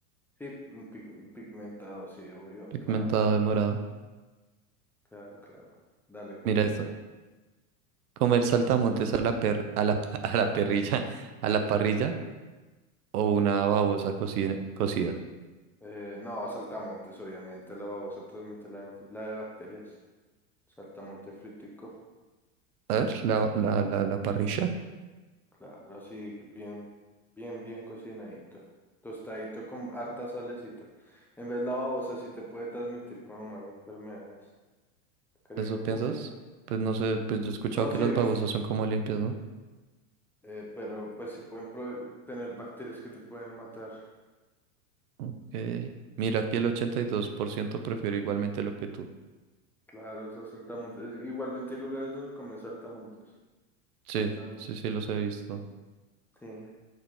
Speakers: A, in the centre; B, on the right.
A: Sí, un pig- un pigmentado, sí, obvio.
B: pigmentado
A: Claro, weón.
B: de morado.
A: claro, claro. Dale, cuéntame.
B: Mira esta. Comer saltamontes a la per, a la, <laughs> a la perrilla, a la parrilla o una babosa cocida. cocida.
A: Eh, no, saltamontes, obviamente. La babosa transmite la, enf- la de bacterias. Saltamonte fritico.
B: A ver,
A: Rico.
B: la, la, la, la parrilla,
A: Claro, así, bien, bien, bien cocinadito. Tostadito con harta salecita. En vez de la babosa, sí te puede transmitir como más enfermedades. Quería
B: ¿eso
A: como
B: piensas?
A: que.
B: Pues no sé, pues yo he escuchado
A: No,
B: que
A: sí
B: las
A: he visto.
B: babosas son como limpias, ¿no?
A: Eh, pero pues si pueden pro- tener bacterias que te pueden matar.
B: Ok. Mira,
A: Sí,
B: aquí el 82% prefiere igualmente lo que tú.
A: claro, esas saltamontes. Es- Igualmente hay lugares donde comen saltamontes.
B: Sí,
A: No están condicionados.
B: sí, sí, los he visto.
A: Sí.